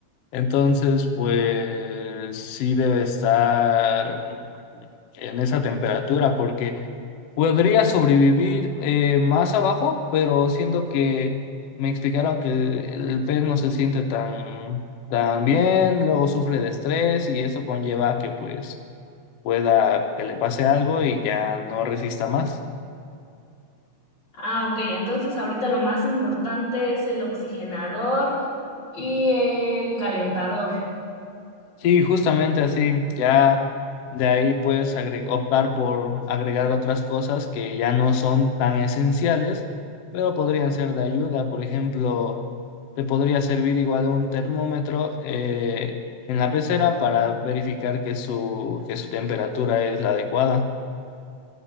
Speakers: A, on the left (about 70°); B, on the left (about 35°).
A: Entonces, pues sí debe estar en esa temperatura porque Podría sobrevivir eh, más abajo, pero siento que me explicaron que el, el pez no se siente tan, tan bien, luego sufre de estrés y eso conlleva que pues pueda que le pase algo y ya no resista más.
B: Ah, ok, entonces ahorita lo más importante es el oxigenador y el calentador.
A: Sí, justamente así, ya de ahí puedes agre- optar por agregar otras cosas que ya no son tan esenciales, pero podrían ser de ayuda, por ejemplo. te podría servir igual un termómetro eh, en la pecera para verificar que su, que su temperatura es la adecuada.